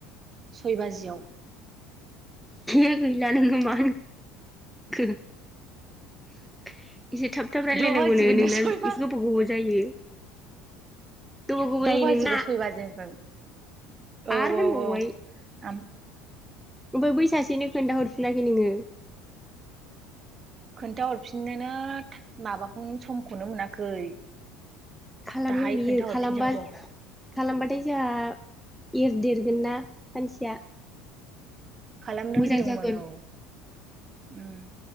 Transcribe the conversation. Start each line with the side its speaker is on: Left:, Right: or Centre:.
Right: सय बाजियाव
Centre: ए गैला नोंङो मा होनखो एसे थाब थाब रायलायनांगौनो
Right: द' बाजिखौनो
Centre: नोंना
Right: सयबा
Centre: एसे गोबाव गोबाव जायो गोबाव गोबाव
Right: द'
Centre: जायो
Right: बाजिखौ
Centre: नोंना
Right: सय बाजिनिफ्राय औ-औ-औ
Centre: आरो होनबावबाय
Right: आम
Centre: ओमफ्राय बै सासेनो खोन्थाहरफिनाखै नोङो
Right: खोन्थाहरफिननोनो माबाखौनो समखौनो मोनाखै
Centre: खालामगोन
Right: दाहाय
Centre: बियो
Right: खोन्थाहरफिनसै
Centre: खालामबा
Right: आं र'
Centre: खालामबाथाय जोंहा एरदेरगोन ना मानसिया
Right: खालामनो
Centre: मोजां
Right: होनदोंमोन
Centre: जागोन
Right: औ उम